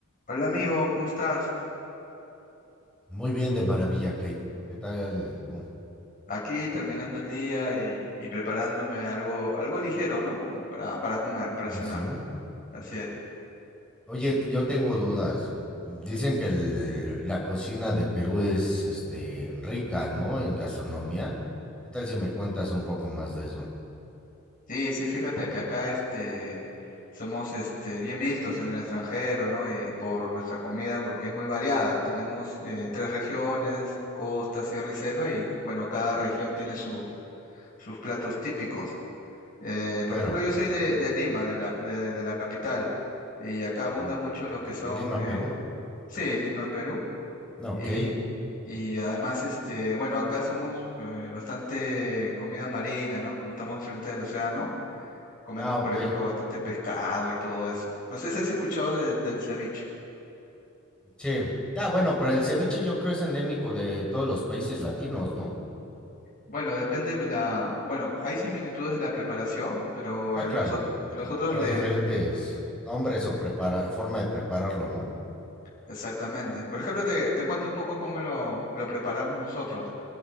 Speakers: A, on the left; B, in the centre.
A: Hola amigo, ¿cómo estás?
B: Muy bien, de maravilla, Kate. ¿Qué tal tú?
A: Aquí terminando el día y, y preparándome algo, algo ligero, ¿no? Como para, para comer, para cenar.
B: Así.
A: Así es.
B: Oye, t- yo tengo dudas. Dicen que el- la cocina de Perú es este, rica, ¿no? En gastronomía. ¿Qué tal si me cuentas un poco más de eso?
A: Sí, sí, fíjate que acá este, somos este, bien vistos en el extranjero, ¿no? Eh, por nuestra comida, porque es muy variada. Tenemos eh, tres regiones, costa, sierra y selva, y bueno, cada región tiene su, sus platos típicos. Eh, por
B: Claro.
A: ejemplo, yo soy de, de Lima, de la, de, de la capital, y acá abunda
B: mm,
A: mucho lo
B: de-
A: que son,
B: Lima,
A: eh,
B: Perú.
A: sí, Lima, Perú
B: Ok.
A: Y, y además, este, bueno, acá somos eh, bastante comida marina, ¿no? Como estamos frente al océano, comemos,
B: Ah, ok.
A: por ejemplo, bastante pescado y todo eso. No sé si has escuchado de- del ceviche.
B: Sí. Ah, bueno, pero el ceviche yo creo es endémico de todos los países latinos, ¿no?
A: Bueno, depende de la, bueno, hay similitudes de la preparación, pero
B: Ah,
A: el
B: claro.
A: noso- nosotros
B: di- Pero
A: le,
B: diferentes nombres o prepara forma de prepararlo, ¿no?
A: exactamente. Por ejemplo, te, te cuento un poco cómo lo, lo preparamos nosotros.